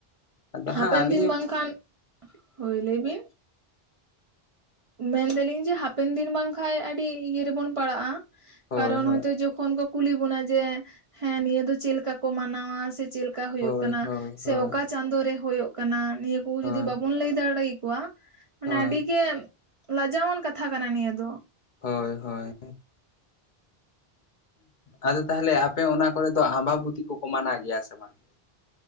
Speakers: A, on the left; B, on the right.
A: ᱟᱫᱚ
B: ᱦᱟᱯᱮᱱ
A: ᱦᱟᱸᱜ ᱟᱹᱞᱤᱧ
B: ᱫᱤᱱ ᱵᱟᱝᱠᱷᱟᱱ ᱦᱳᱭ ᱞᱟᱹᱭ ᱵᱤᱱ ᱢᱮᱱᱫᱟᱞᱤᱧ ᱡᱮ ᱦᱟᱯᱮᱱ ᱫᱤᱱ ᱵᱟᱝᱠᱷᱟᱱ ᱟᱹᱰᱤ ᱤᱭᱟᱹ ᱨᱮᱵᱚᱱ ᱯᱟᱲᱟᱜᱼᱟ᱾
A: ᱦᱳᱭ
B: ᱠᱟᱨᱚᱱ
A: ᱦᱳᱭ
B: ᱦᱚᱭᱛᱳ ᱡᱚᱠᱷᱚᱱ ᱠᱚ ᱠᱩᱞᱤ ᱵᱚᱱᱟ ᱡᱮ ᱦᱮᱸ ᱱᱤᱭᱟᱹ ᱫᱚ ᱪᱮᱫᱞᱮᱠᱟ ᱠᱚ ᱢᱟᱱᱟᱣᱟ ᱥᱮ ᱪᱮᱫ ᱞᱮᱠᱟ ᱦᱩᱭᱩᱜ
A: ᱦᱳᱭ
B: ᱠᱟᱱᱟ
A: ᱦᱳᱭ
B: ᱥᱮ
A: ᱦᱳᱭ
B: ᱚᱠᱟ ᱪᱟᱸᱫᱳ ᱨᱮ ᱦᱳᱭᱳᱜ ᱠᱟᱱᱟ᱾ᱱᱤᱭᱟᱹ ᱠᱚ
A: ᱦᱳᱭ
B: ᱡᱩᱫᱤ ᱵᱟᱵᱚᱱ ᱞᱟᱹᱭ ᱫᱟᱲᱮ ᱢᱟᱱᱮ
A: ᱦᱳᱭ
B: ᱟᱹᱰᱤ ᱜᱮ ᱞᱟᱡᱟᱣᱟᱱ ᱠᱟᱛᱷᱟ ᱠᱟᱱᱟ ᱱᱤᱭᱟᱹ ᱫᱚ᱾
A: ᱦᱳᱭ ᱦᱳᱭ ᱟᱫᱚ ᱛᱟᱦᱚᱞᱮ ᱟᱯᱮ ᱚᱱᱟ ᱠᱚᱨᱮ ᱫᱚ ᱟᱢᱵᱟᱵᱩᱛᱤ ᱠᱚᱠᱚ ᱢᱟᱱᱟᱣ ᱜᱮᱭᱟ ᱥᱮ ᱵᱟᱝ?